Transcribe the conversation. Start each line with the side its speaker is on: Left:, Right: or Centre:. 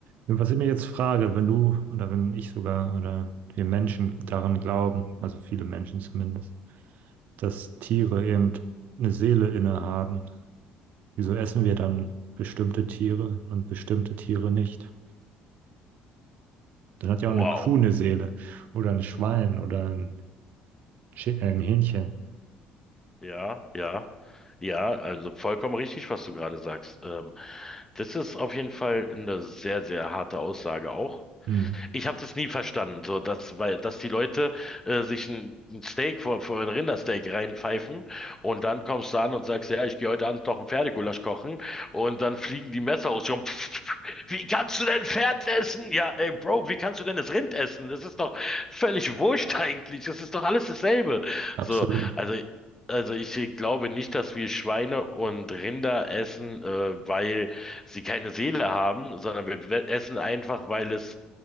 Right: Und was ich mir jetzt frage, wenn du oder wenn ich sogar oder wir Menschen daran glauben, also viele Menschen zumindest, dass Tiere eben eine Seele innehaben. Wieso essen wir dann bestimmte Tiere und bestimmte Tiere nicht? Dann hat ja auch
Left: Wow.
Right: eine Kuh eine Seele oder ein Schwein oder ein, Chi- äh, ein Hähnchen.
Left: Ja, ja, ja, also vollkommen richtig, was du gerade sagst. Ähm, das ist auf jeden Fall eine sehr, sehr harte Aussage auch.
Right: Hm,
Left: Ich habe das nie verstanden, so dass, weil, dass die Leute äh, sich ein, ein Steak vor, vor ein Rindersteak reinpfeifen und dann kommst du an und sagst, ja, ich gehe heute Abend noch ein Pferdegulasch kochen und dann fliegen die Messer aus. Und pff, pff, wie kannst du denn Pferd essen? Ja, ey, Bro, wie kannst du denn das Rind essen? Das ist doch völlig wurscht eigentlich. Das ist doch alles dasselbe.
Right: absolut.
Left: So, also Also ich glaube nicht, dass wir Schweine und Rinder essen, äh, weil sie keine Seele haben, sondern wir we- essen einfach, weil es